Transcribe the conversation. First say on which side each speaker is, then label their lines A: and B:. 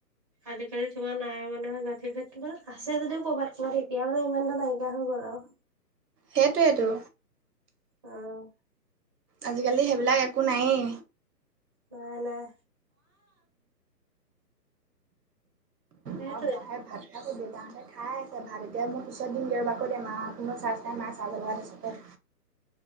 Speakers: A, on the right (about 20°); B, on the right (about 65°).
A: আজিকালি তোমাৰ নাই মানে জাতি ভেদটো আছে যদিও কৰ'বাত ক'বাত এতিয়া মানে ইমান এটা নাইকিয়া হৈ গ'ল আও।
B: সেইটোৱেইতো।
A: অহ।
B: আজিকালি সেইবিলাক একো নাইয়েই।
A: নাই নাই। সেইটোৱে
B: ভাত বাঢ়ে ভাত খাই আছে দেউতাহতে খাই আছে ভাত এতিয়া মই পিছত দিম গে ৰবা কৈ দিয়া মা ফনো চাৰ্জ নাই মা চাৰ্জত লগাই থৈছে